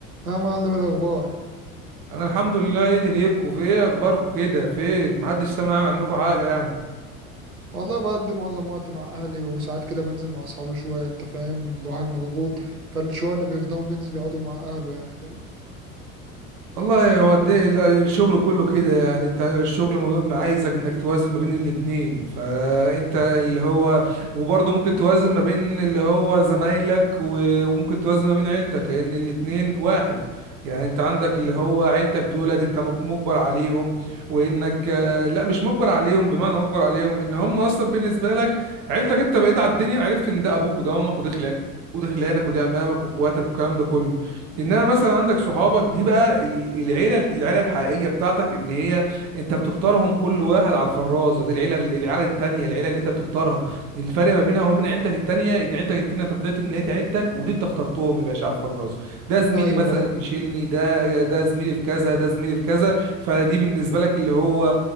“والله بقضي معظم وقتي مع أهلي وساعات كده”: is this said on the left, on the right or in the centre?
Right